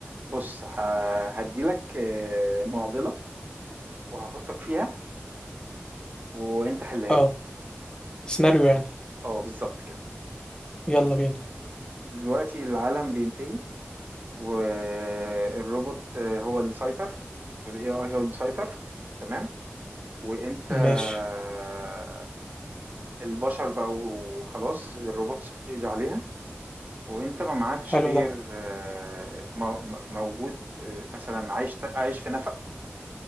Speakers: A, on the right; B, on the left.
A: بص ه- هديلك آه، معضلة وهحطك فيها وانت حلها
B: اه
A: لي
B: سيناريو يعني
A: اه بالظبط كده
B: يلا بينا
A: دلوقتي العالم بينتهي والروبوت آه، هو اللي سيطر والاي اي هو اللي سيطر تمام وانت آه،
B: ماشي
A: البشر بقوا خلاص الروبوتس بتقضي عليها وانت ما معكش
B: حلو
A: غير
B: ده
A: آه، مو- موجود آه، مثلا عايش عايش في نفق